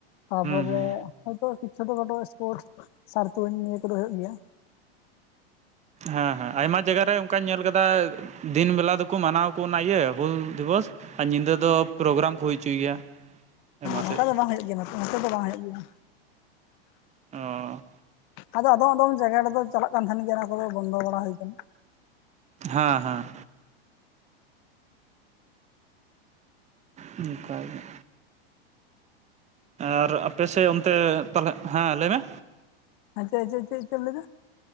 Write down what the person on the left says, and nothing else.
ᱛᱟᱯᱚᱨᱮ
ᱦᱚᱭᱛᱚ ᱪᱷᱳᱴᱳᱠᱷᱟᱴᱳ ᱥᱯᱳᱨᱴ ᱥᱟᱨ ᱛᱩᱧ ᱱᱤᱭᱟᱹ ᱠᱚᱫᱚ ᱦᱩᱭᱩᱜ ᱜᱮᱭᱟ
ᱱᱚᱝᱠᱟ
ᱫᱚ ᱵᱟᱝ ᱦᱩᱭᱩᱜ ᱜᱮᱭᱟ ᱱᱚᱛᱮ ᱫᱚ ᱵᱟᱝ ᱦᱩᱭᱩᱜ ᱜᱮᱭᱟ
ᱟᱫᱚ ᱟᱫᱚᱢ ᱟᱫᱚᱢ ᱡᱟᱭᱜᱟ ᱨᱮᱫᱚ ᱪᱟᱞᱟᱜ ᱠᱟᱱ ᱛᱟᱦᱮᱱ ᱜᱮᱭᱟ ᱚᱱᱟ ᱠᱚᱫᱚ ᱵᱚᱱᱫᱚ ᱵᱟᱲᱟ ᱦᱩᱭ ᱟᱠᱟᱱᱟ᱾
ᱟᱪᱷᱟ ᱟᱪᱷᱟ ᱪᱮᱫ ᱪᱮᱫ ᱮᱢ ᱞᱟᱹᱭ ᱮᱫᱟ?